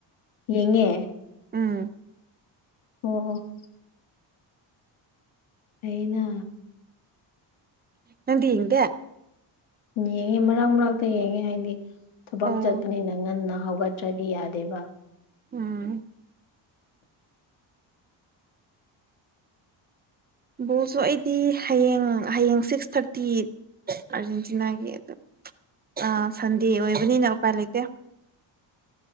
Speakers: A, on the left (about 85°); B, on the right (about 25°).
A: ꯌꯦꯡꯉꯦ
B: ꯎꯝ
A: ꯑꯣ ꯑꯣ ꯑꯩꯅ
B: ꯅꯪꯗꯤ ꯍꯪꯗꯦ
A: ꯌꯦꯡꯉꯦ ꯃꯔꯛ ꯃꯔꯛꯇ ꯌꯦꯡꯉꯦ ꯍꯥꯏꯗꯤ ꯊꯕꯛ
B: ꯑꯣ
A: ꯆꯠꯄꯅꯤꯅ ꯉꯟꯅ ꯍꯧꯒꯠ ꯇ꯭ꯔꯗꯤ ꯌꯥꯗꯦꯕ
B: ꯎꯝ ꯕꯣꯜꯁꯨ ꯑꯩꯗꯤ ꯍꯌꯦꯡ ꯍꯌꯦꯡ ꯁꯤꯛꯁ ꯊꯥꯔꯇꯤ ꯑꯥꯔꯖꯦꯟꯇꯤꯅꯥꯒꯤ ꯑꯗꯨꯗ ꯑ ꯁꯟꯗꯦ ꯑꯣꯏꯕꯅꯤꯅ ꯎꯄꯥꯏ ꯂꯩꯇꯦ